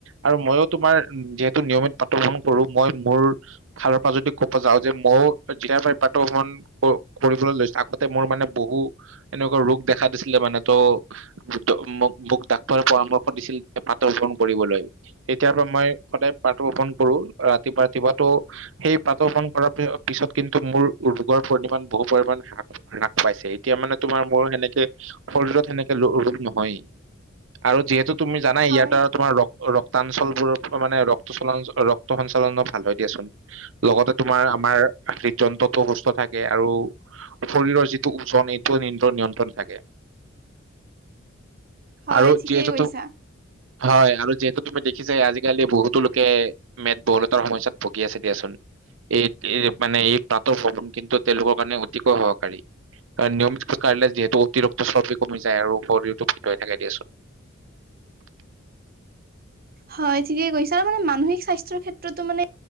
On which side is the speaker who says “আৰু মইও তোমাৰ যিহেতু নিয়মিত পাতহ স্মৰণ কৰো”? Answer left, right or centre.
Right